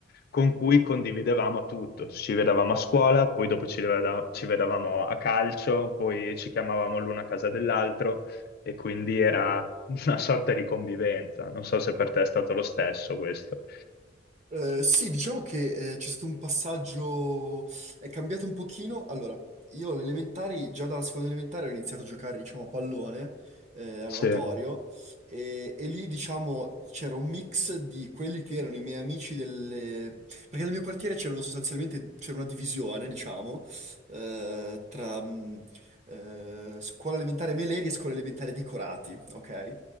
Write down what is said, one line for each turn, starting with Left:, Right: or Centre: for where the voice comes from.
Left: con cui condividevamo tutto. Ci vedevamo a scuola, poi dopo ci veda- ci vedevamo a calcio, poi ci chiamavamo l'uno a casa dell'altro e quindi era una sorta di convivenza. Non so se per te è stato lo stesso questo.
Right: Eh, sì, diciamo che eh, c'è stato un passaggio, è cambiato un pochino. Allora, io alle elementari, già dalla seconda elementare ho iniziato a giocare, diciamo, a pallone, eh, all'oratorio,
Left: Sì.
Right: e, e lì, diciamo, c'era un mix di quelli che erano i miei amici delle... Perché nel mio quartiere c'erano sostanzialmente, c'era una divisione, diciamo, eh, tra mh, eh, scuola elementare Meleri e scuola elementare Decorati, ok?